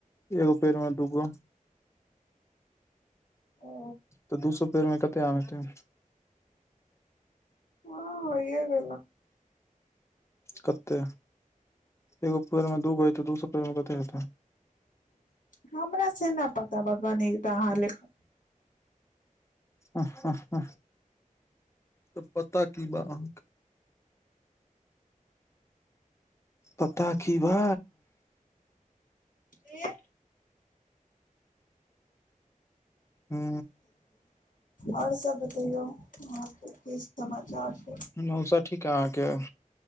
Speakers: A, on the left; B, on the left.
A: एगो पेड़मे दूगो
B: ओ
A: तऽ दू सो पेड़मे कते आम हेतै
B: हँ होइए गेलक
A: कते एगो पेड़ मे दूगो है त दू सौ पेड़ मे कते हेतै
B: हमरा से ना पता बा बनई तऽ अहाँ लेखन
A: ह ह ह तऽ पता की बा अहाँके पता की बा
B: गेह
A: हू
B: और सब बतैयौ अहाँके कि समाचार छै।
A: मौसा ठीक यै अहाँके